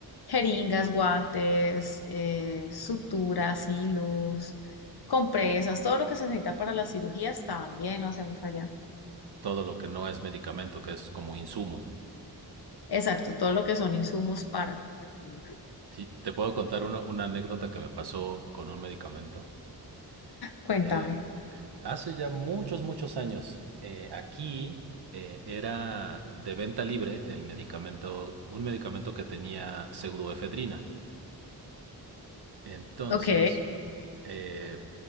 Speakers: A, on the left; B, on the right.
A: jeringas, guantes, eh, suturas, hilos, compresas, todo lo que se necesita para las cirugías también lo hacemos allá.
B: Todo lo que no es medicamento, que es como insumo.
A: Exacto, todo lo que son insumos para. Ujú.
B: Sí, te puedo contar una, una anécdota que me pasó con un medicamento.
A: Cuéntame.
B: Eh, hace ya muchos, muchos años, eh, aquí eh, era de venta libre el medicamento, un medicamento que tenía pseudoefedrina. Entonces,
A: Ok,
B: eh,